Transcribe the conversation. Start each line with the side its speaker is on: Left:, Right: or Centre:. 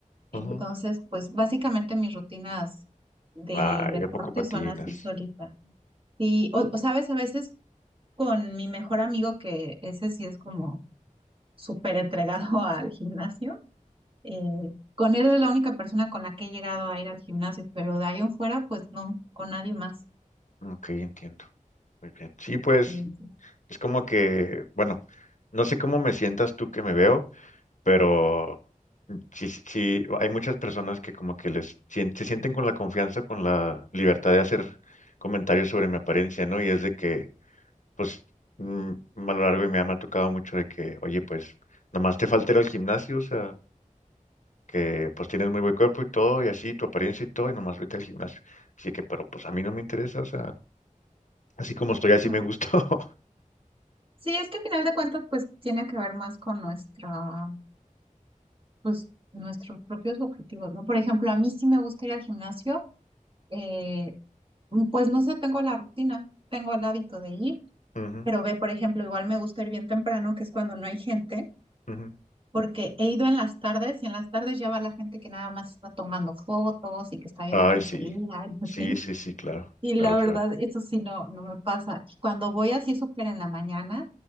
Right: Entonces,
Left: ujú.
Right: pues básicamente mis rutinas de
Left: Ay,
Right: deporte
Left: ¿a poco patinas?
Right: son así solitas. Sí, o, o sabes, a veces con mi mejor amigo, que ese sí es como súper entregado <laughs> al gimnasio, eh, con él es la única persona con la que he llegado a ir al gimnasio, pero de ahí en fuera, pues no, con nadie más.
Left: Ujú. Ok, entiendo. Muy bien. Sí, pues
Right: Sí, sí.
Left: es como que, bueno, no sé cómo me sientas tú que me veo, pero sí, sí, sí, hay muchas personas que como que les sien- se sienten con la confianza, con la libertad de hacer comentarios sobre mi apariencia, ¿no? Y es de que, pues, mm, a lo largo de mi vida me ha tocado mucho de que, oye, pues, nomás te falta ir al gimnasio, o sea, que pues tienes muy buen cuerpo y todo, y así, tu apariencia y todo, y nomás vete al gimnasio. Así que, pero pues a mí no me interesa, o sea, así como estoy, así
Right: Mm.
Left: me gusto. <laughs>
Right: Sí, es que al final de cuentas, pues tiene que ver más con nuestra, pues nuestros propios objetivos, ¿no? Por ejemplo, a mí sí me gusta ir al gimnasio, eh, pues no sé, tengo la rutina, tengo el hábito de ir,
Left: Ujú,
Right: pero ve, por ejemplo, igual me gusta ir bien temprano, que es cuando no hay gente
Left: ujú.
Right: porque he ido en las tardes y en las tardes ya va la gente que nada más está tomando fotos y que está viendo
Left: Ay,
Right: a quién
Left: sí,
Right: se liga y así.
Left: sí, sí, sí, claro,
Right: Y la
Left: claro,
Right: verdad,
Left: claro.
Right: eso sí no, no me pasa. Y Cuando voy así súper en la mañana,